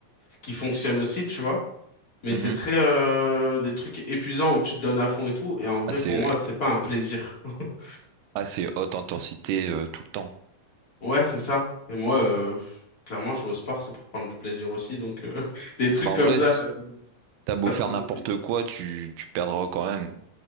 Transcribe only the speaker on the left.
qui fonctionnent aussi, tu vois. Mais
c'est très euh, des trucs épuisants où tu te donnes à fond et tout. Et en vrai,
pour
moi, c'est pas un plaisir. <laughs>
Ouais, c'est ça. Mais moi, euh, pff, clairement, je vais au sport, c'est pour prendre du plaisir aussi. Donc euh, <laughs> les trucs
comme
ça,
euh,
pas
trop
bon.